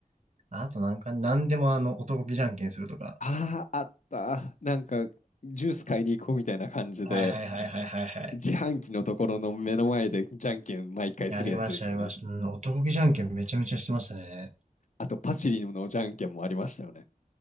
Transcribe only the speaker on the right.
あとなんか、なんでもあの、男気じゃんけんするとか。
はいはいはいはいはいはい。
やりました、やりました。うん、男気じゃんけんめちゃめちゃしてましたね。